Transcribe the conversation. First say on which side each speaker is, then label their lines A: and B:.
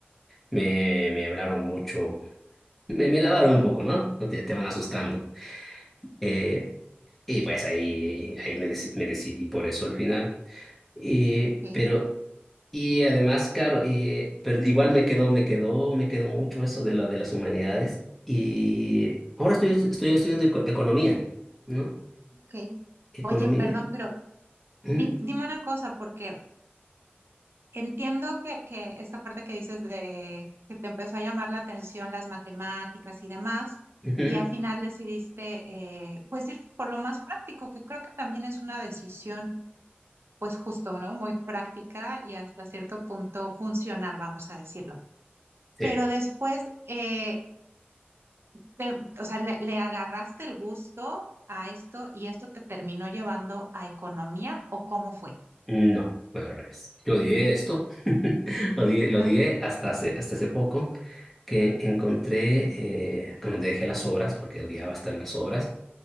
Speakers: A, in the centre; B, on the right.
A: me, me hablaron mucho Me, me lavaron un poco, ¿no? No te, te van asustando. Eh, y pues ahí, ahí me, deci- me decidí por eso al final. Y,
B: ok,
A: pero, y además, claro, eh, pero igual me quedó, me quedó, me quedó mucho eso de la, de las humanidades. Y ahora estoy, estoy estudiando eco- economía, ¿no?
B: ok.
A: Economía.
B: Oye, perdón, pero
A: ¿Mm?
B: di- dime una cosa, porque Entiendo que, que esta parte que dices de que te empezó a llamar la atención las matemáticas y demás,
A: Ujú.
B: y al final decidiste eh, pues ir por lo más práctico, que creo que también es una decisión pues justo, ¿no? Muy práctica y hasta cierto punto funcional, vamos a decirlo.
A: Sí.
B: Pero después, eh, te- o sea, le, le agarraste el gusto a esto y esto te terminó llevando a economía o cómo fue?
A: No, bueno, al revés. Yo odié esto. <laughs> Lo odié, lo
B: Ajá.
A: odié hasta hace, hasta hace poco. que encontré, eh, como te dejé las obras, porque odiaba estar en las obras,